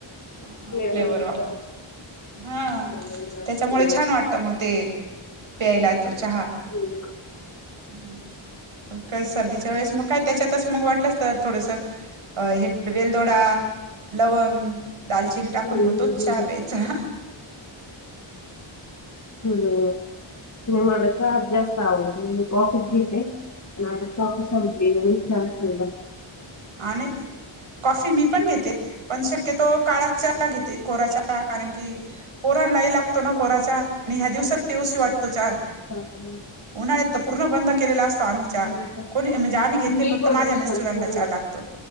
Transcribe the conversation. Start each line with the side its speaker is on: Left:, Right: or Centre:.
Right: ह
Left: फ्लेवर,
Right: वाट हा
Left: फ्लेवर
Right: त्यांच्यामुळे
Left: फ्लेवर
Right: छान वाटतं मग ते प्यायला तो चहा.
Left: हम्म
Right: ह मग काय सर्दीच्या वेळेस मग काय त्यांच्यातच मग वाटलंच तर थोडंसं, अ हे वेलदोडा लवंग दालचिनी टाकून
Left: हम्म
Right: मग तोच
Left: हम्म
Right: चहा प्यायचा.
Left: हम्म नाही मला चहात जास्त, मी काॅफीच घेते, पण आता कॉफी संपली म्हणून चहा केला.
Right: हा नाय कॉफी मी पण घेते, पण शक्यता काळा चहा घेते. कोरा चहा कारण की पोरांनाही लागतो कोरा चहा, आणि या दिवसात पिऊशी पण वाटतो चहा.
Left: हा ह <inaudible>
Right: उन्हाळ्यात तर पूर्ण बंद केलेला असतो आम्ही चहा,
Left: मी पण
Right: कोणी म्हणजे आम्ही घेत नाही
Left: मी
Right: फक्त
Left: पण
Right: माझ्या
Left: मी
Right: मिस्टरांना
Left: पण पूर्ण
Right: चहा‌ लागतो.